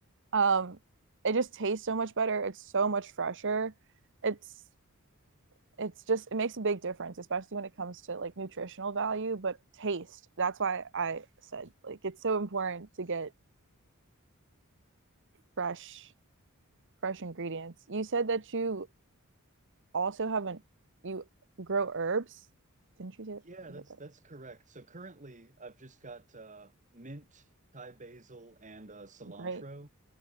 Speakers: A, on the right; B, on the right.
A: Um, it just tastes so much better. It's so much fresher. It's it's just it makes a big difference, especially when it comes to like nutritional value, but taste. That's why I said like it's so important to get fresh fresh ingredients. You said that you also haven't you grow herbs. Didn't you say that?
B: Yeah,
A: You
B: that's
A: said that.
B: that's correct. So currently, I've just got uh, mint, Thai basil, and uh, cilantro.
A: Great.